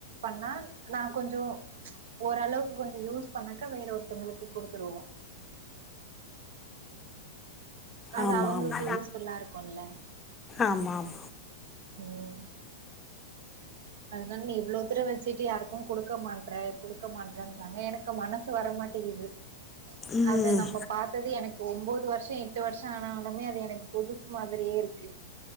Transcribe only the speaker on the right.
பண்ணா நா கொஞ்சோ ஓரளவுக்கு கொஞ்சோ யூஸ் பண்ணக்க வேற ஒருத்தங்ளுக்கு குடுத்துருவோ அது
அவுங்களுக்கு
யூஸ்ஃபுல்லா இருக்குல
ம் அதுனால நீ இவ்லோ தர வச்சிட்டு யாருக்கு குடுக்க மாட்ற குடுக்க மாட்றேன்டாங்க எனக்கு மனசு த்து வரமாட்டிகுது
அத நம்ம பாத்தது எனக்கு ஒம்போது வருஷோ எட்டு வருஷோ ஆனாலுமே அது எனக்கு புதுசு மாதிரியே இருக்கு